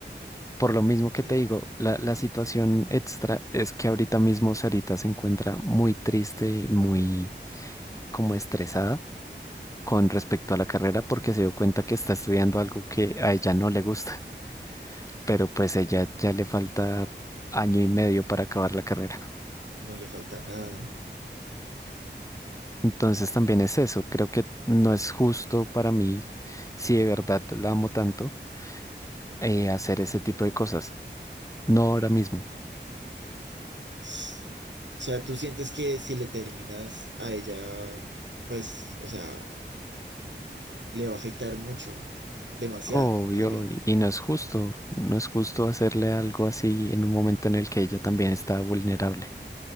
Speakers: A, on the left (about 15°); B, on the right (about 75°).
A: Por lo mismo
B: ok,
A: que te digo, la, la situación extra es que ahorita mismo Sarita se encuentra muy triste, muy como estresada con respecto a la carrera porque se dio cuenta que está estudiando algo que a ella no le gusta, pero pues ella ya le falta año y medio para acabar la carrera.
B: no le falta nada.
A: Entonces también es eso, creo que no es justo para mí, si de verdad la amo tanto, eh, hacer ese tipo de cosas, no ahora mismo.
B: S- O sea, tú sientes que si le terminas a ella, pues, o sea, le va a afectar mucho, demasiado,
A: Obvio,
B: más bien.
A: y, y no es justo, no es justo hacerle algo así en un momento en el que ella también está vulnerable.